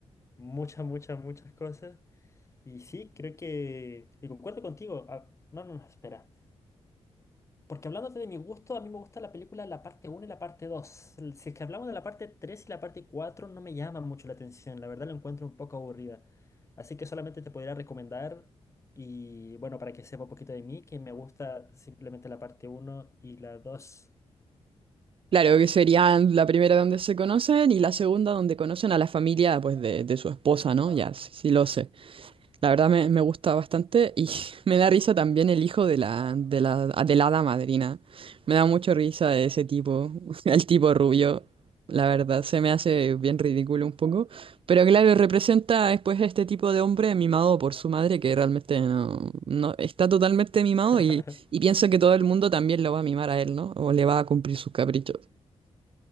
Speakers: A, on the left; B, on the right.
A: muchas, muchas, muchas cosas. Y sí, creo que, y concuerdo contigo, ah, no, no, no, espera. Porque hablándote de mi gusto, a mí me gusta la película la parte uno y la parte 2. El- Si es que hablamos de la parte 3 y la parte 4, no me llama mucho la atención. La verdad, la encuentro un poco aburrida. Así que solamente te podría recomendar, y bueno, para que sepa un poquito de mí, que me gusta simplemente la parte uno y la dos.
B: Claro, que serían la primera donde se conocen y la segunda donde conocen a la familia pues de, de su esposa, ¿no? Ya, sí, sí lo sé. La verdad me, me gusta bastante y <laughs> me da risa también el hijo de la, de la, de la hada madrina. Me da mucho risa ese tipo, <laughs> el tipo rubio. La verdad, se me hace bien ridículo un poco. Pero claro, representa después este tipo de hombre mimado por su madre que realmente no, no está totalmente mimado
A: <laughs>
B: y, y piensa que todo el mundo también lo va a mimar a él, ¿no? O le va a cumplir sus caprichos.